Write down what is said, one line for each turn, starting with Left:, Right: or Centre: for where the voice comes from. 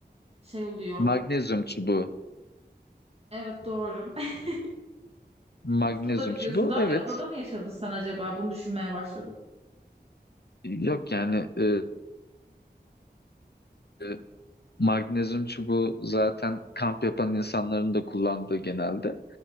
Right: şey oluyor.
Left: Magnezyum çubuğu.
Right: Evet doğru. <laughs>
Left: Magnezyum
Right: Nasıl da biliyorsun?
Left: çubuğu
Right: Daha
Left: evet.
Right: önce adada mı yaşadın sen acaba? Bunu düşünmeye başladım.
Left: Yok yani e, e, Magnezyum çubuğu zaten kamp yapan insanların da kullandığı genelde.